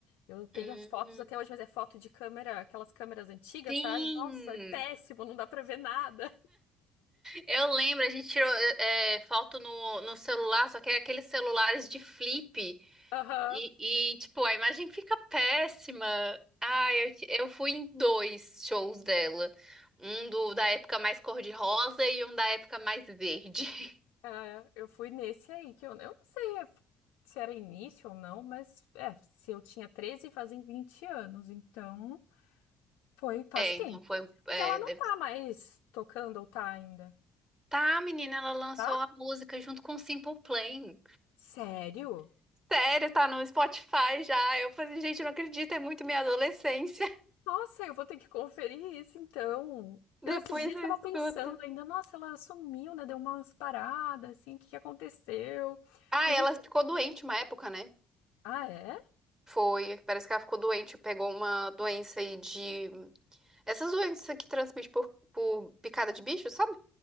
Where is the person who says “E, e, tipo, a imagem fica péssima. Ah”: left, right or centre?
Right